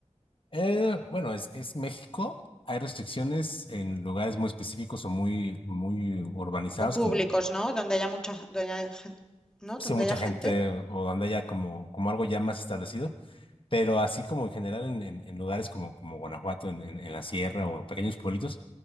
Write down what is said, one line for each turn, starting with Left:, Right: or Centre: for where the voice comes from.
Left: Eh, bueno, es, es México. Hay restricciones en lugares muy específicos o muy, muy urbanizados,
Centre: O públicos,
Left: como
Centre: ¿no? Donde haya mucha, donde haya gen- ¿no?
Left: si
Centre: Donde
Left: mucha
Centre: haya
Left: gente
Centre: gente.
Left: o donde haya como, como algo ya más establecido, pero así como en general en, en- en lugares como, como Guanajuato, en, en- en la sierra o en pequeños pueblitos.